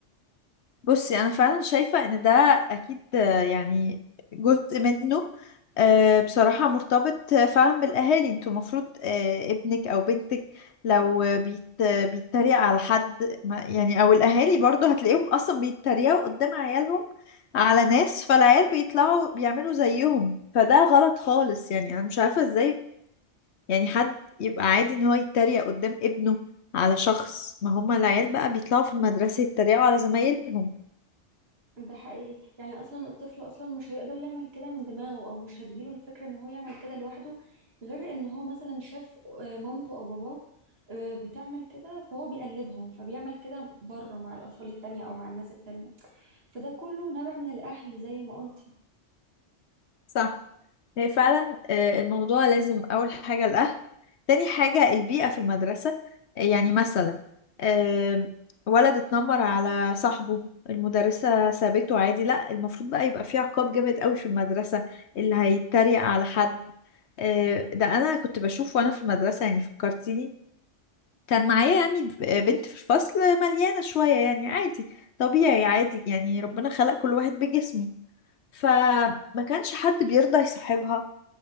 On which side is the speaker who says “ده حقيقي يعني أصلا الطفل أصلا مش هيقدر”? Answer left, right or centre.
Right